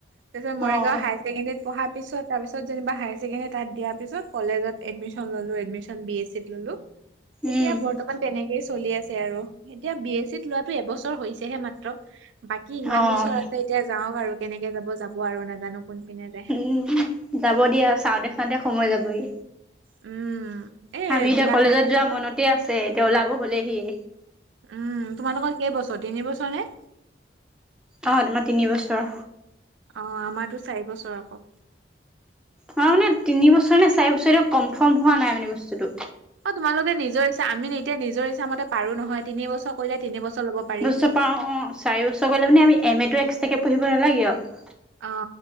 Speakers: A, on the right; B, in the centre.
A: তাৰপিছত মৰিগাঁও
B: অঁ
A: হাই ছেকেণ্ডেৰীত পঢ়াৰ পিছত তাৰ পিছত যেনিব হাই চেকেণ্ডেৰী তাত দিয়া পিছত কলেজত এডমিচন ললো এডমিচন বি এছ চিত ললো এতিয়া
B: উম
A: বৰ্তমান তেনেকেই চলি আছে আৰু এতিয়া বি এছ চিত লোৱাটো এবছৰ হৈছেহে মাত্ৰ বাকী ইমান
B: অঁ
A: বছৰ আছে এতিয়া যাওক আৰু কেনেকে যাব যাব আৰু নাজানো কোনপিনে যায়
B: উম যাব দিয়া চাওঁতে চাওঁতে সময় যাবগে
A: উম এ
B: আমি
A: এইবিলাক
B: এতিয়া কলেজত
A: মানে
B: যোৱা মনতে আছে এতিয়া ওলাব হলেহিয়ে
A: উম তোমালোকৰ কেই বছৰ তিনি বছৰ নে
B: অ তোমাৰ তিনি বছৰ
A: অ আমাৰটো চাৰি বছৰ আকৌ
B: অ মানে তিনি বছৰ নে চাৰি বছৰে এতিয়া কনফাৰ্ম হোৱা নাই মানে বস্তুটো
A: অ তোমালোকে নিজৰ ইচ্ছা আমি এতিয়া নিজৰ ইচ্ছামতে পাৰো নহয় তিন বছৰ কৰিলে তিনি বছৰ লব পাৰিম
B: দুবছৰ পাওঁ অ চাৰি বছৰ গ'লে মানে আমি এম এটো এক্সট্ৰাকৈ পঢ়িব নালাগে আৰু
A: অ